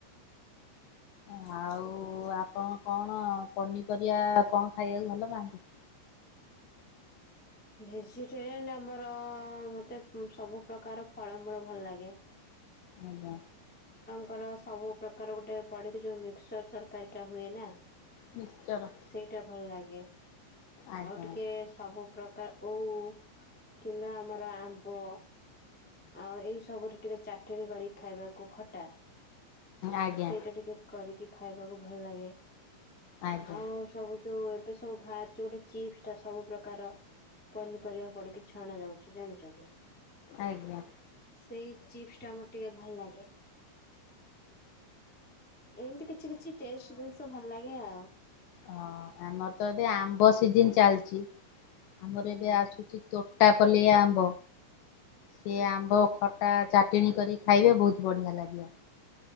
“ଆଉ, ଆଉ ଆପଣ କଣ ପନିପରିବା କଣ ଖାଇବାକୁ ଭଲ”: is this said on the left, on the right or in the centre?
Left